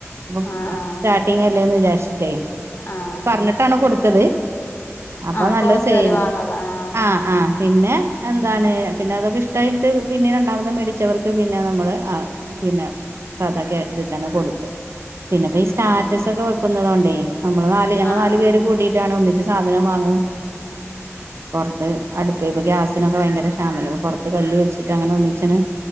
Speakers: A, on the right; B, on the left.
A: അപ്പം
B: ആഹ് ആഹ്
A: സ്റ്റാർട്ടിങ് അല്ലേന്ന് വിചാരിച്ചിട്ടേ
B: ആഹ്
A: അത് പറഞ്ഞിട്ടാണ് കൊടുത്തത്. അപ്പൊ
B: ആഹ്
A: നല്ലത്
B: കൊറച്ച്
A: സെയിൽ
B: തരുവാന്നുള്ള ആഹ്
A: ആഹ ആ പിന്നെ എന്താണ് പിന്നെ അതൊക്കെ ഇഷ്ടമായിട്ട്. പിന്നെ രണ്ടാമത് മേടിച്ചവർക്ക് പിന്നെ നമ്മള് പിന്നെ സാദാെ ഇതി തന്നെ കൊടുത്തു. പിന്നെ പ്പ ഈ സ്റ്റാറ്റസ്
B: ഉം ഉം
A: ഒക്കെ വെക്കുന്നതുകൊണ്ടേ നമ്മള് നാല് ഞങ്ങൾ
B: ആഹ്
A: നാല് പേര് കൂടിട്ട്. ഒന്നിട്ട് സാധനം വാങ്ങും. പുറത്ത് അടുപ്പ് ഇപ്പൊ ഗ്യാസിനൊെ ഭയങ്കര ക്ഷമല്ല അ പുറത്ത് കല് വൊച്ചിട്ട് അങ്ങനെ ഒന്നിച്. അച്